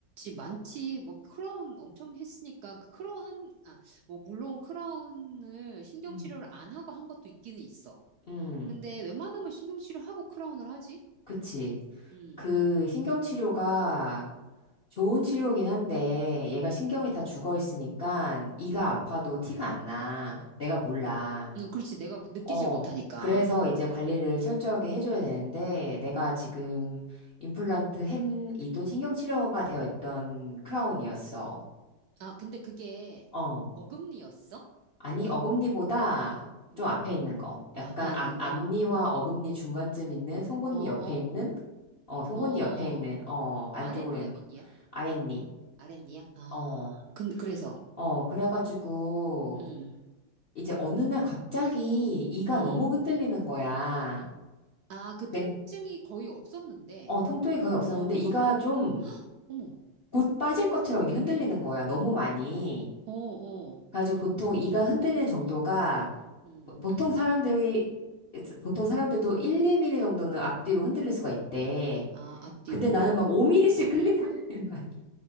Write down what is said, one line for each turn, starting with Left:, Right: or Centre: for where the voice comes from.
Right: 많지. 뭐, 크라운 엄청 했으니까, 그 크라운, 아, 뭐, 물론 크라운을 신경치료를
Left: 응.
Right: 안 하고 한 것도 있기는 있어.
Left: 응,
Right: 근데 웬만하면 신경치료하고 크라운을 하지?
Left: 그치.
Right: 음,
Left: 그 신경치료가 좋은 치료긴 한데 얘가 신경이 다 죽어 있으니까 이가 아파도 티가 안 나. 내가 몰라.
Right: 음, 그렇지. 내가 느끼질
Left: 어.
Right: 못하니까.
Left: 그래서 이제 관리를 철저하게 해줘야 되는데 내가 지금 임플란트 햄 이도 신경치료가 되어 있던 크라운이었어.
Right: 아, 근데 그게
Left: 어.
Right: 어금니였어?
Left: 아니 어금니보다
Right: 음,
Left: 좀 앞에 있는 거.
Right: 어,
Left: 약간
Right: 앞에 있는
Left: 앞,
Right: 거.
Left: 앞니와 어금니 중간쯤 있는 송곳니
Right: 어, 어,
Left: 옆에 있는 어, 송곳니
Right: 어, 어,
Left: 옆에 있는 어, 안쪽으로
Right: 아랫니야,
Left: 있는
Right: 윗니야?
Left: 거. 아랫니.
Right: 아랫니야? 아,
Left: 어,
Right: 근 그래서,
Left: 어, 그래가지고,
Right: 음,
Left: 이제 어느 날 갑자기 이가
Right: 음.
Left: 너무 흔들리는 거야.
Right: 아, 그
Left: 근,
Right: 통증이 거의 없었는데,
Left: 어, 통증이 거의 없었는데,
Right: 막,
Left: 이가
Right: 막, 흔- 어,
Left: 좀
Right: <gasps> 어머.
Left: 곧 빠질 것처럼 이게 흔들리는 거야. 너무 많이.
Right: 어, 어,
Left: 그래가지고 보통 이가 흔들리는 정도가,
Right: 음.
Left: 보- 보통 사람들이, 보통 사람들도 1, 2mm 정도는 앞뒤로 흔들릴 수가 있대.
Right: 아, 앞뒤로.
Left: 근데 나는 막 5mm씩 흔들리는 거야. <laughs>